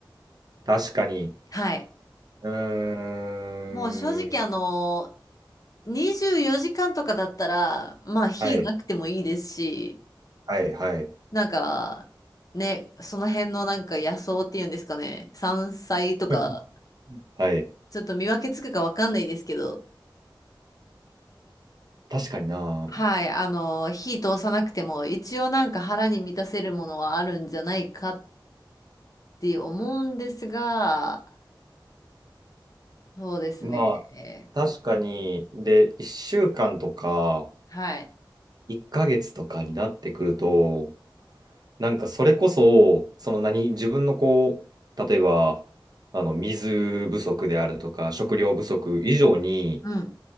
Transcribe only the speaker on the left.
はい。
もう正直あの24時間とかだったら、まあ火なくてもいいですし、
なんか、ね、その辺のなんか野草っていうんですかね、山菜とか、
ちょっと見分けつくかわかんないですけど、
はい、あの、火通さなくても、一応なんか腹に満たせるものはあるんじゃないかって思うんですが、そうですね、
え
ーはい。
うん